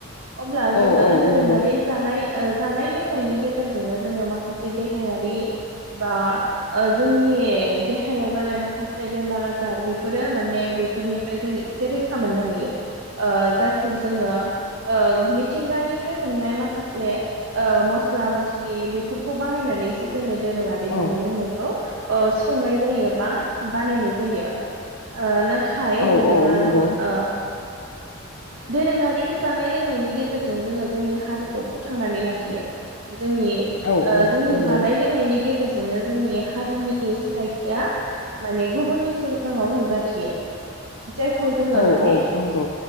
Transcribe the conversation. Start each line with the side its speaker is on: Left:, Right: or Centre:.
Right: अब्ला
Left: औ
Right: जोङो
Left: नंगौ औ नंगौ
Right: दोरोङारि जानाय ओ जानाय लोंनायनि गेजेरजोंनो जोङो माखासे देहायारि बा ओ जोंनि देहायाव जानाय माखासे बेमार आजार बेफोरो माने बेफोरनिफ्राय जों एसे रैखा मोननो हायो ओ जाय खौ जोङो ओ मिथिंगानि फ्राय मोननाय माखासे ओ मस्ला मस्लि बेफोरखौ बाहायनानैसो जोङो दोरोङारि
Left: औ
Right: जानाय लोंनायखौ ओ संनाय जायो बा बानायनाय जायो ओ ना थाय
Left: औ
Right: जेनेबा
Left: औ नंगौ
Right: जोङो ओ दोरोङारि जानाय लोंनायनि गेजेरजों जोङो जोंनि हारिखौ फोथांनानै लाखियो। जोंनि
Left: औ
Right: ओ
Left: औ
Right: जोंनि
Left: नंगौ
Right: जानाय लोंनायनि गेजेरजों जोंनो जोंनि हारिनि सिनायथिया माने गुबुननि सिगाङाव नुजाथियो। जायखौ जोङो
Left: औ
Right: माने
Left: औ नंगौ